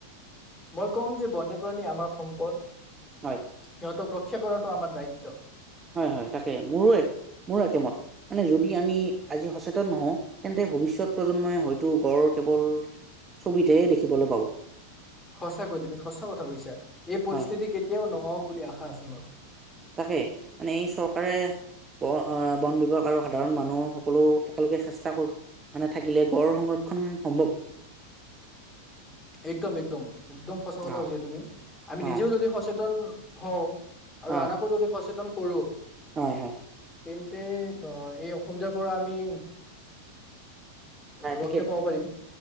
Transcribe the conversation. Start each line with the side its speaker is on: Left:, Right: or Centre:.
Left: মই ক'ম যে বন্যপ্ৰাণী আমাৰ সম্পদ
Right: হয়
Left: সিহঁতক ৰ। ৰক্ষা কৰাটো আমাৰ দায়িত্ব।
Right: হয় হয় তাকে মোৰো মোৰো একেমত মানে যদি আমি আজি সচেতন নহওঁ তেন্তে ভৱিষ্যত প্ৰজন্মই হয়তো গড়ৰ কেৱল ছবিতহে দেখিবলৈ পাব ।
Left: সঁচাকৈ তুমি সচা কথা কৈছা এই পৰিস্থিতি
Right: হয়
Left: কেতিয়াও নহওক। বুলি আশা আছে মোৰ ।
Right: তাকে মানে এই চৰকাৰে ব বন বিভাগ আৰু সাধাৰণ মানুহ সকলো একেলগে চেষ্টা মানে থাকিলে গড় সংৰক্ষণ সম্ভৱ।
Left: একদম এক্দম একদম সঁচা কথা
Right: অ
Left: কৈ হৈছে তুমি আমি নিজেও
Right: অ
Left: যদি সচেতন হওঁ আৰু
Right: হয়
Left: আনকো যদি সচেতন কৰো
Right: হয় হয় ।
Left: তেন্তে এই অসুবিধাৰ পৰা আমি।
Right: নাই
Left: ৰক্ষা
Right: ঠিকেই ঠিকেই
Left: পাব পাৰিম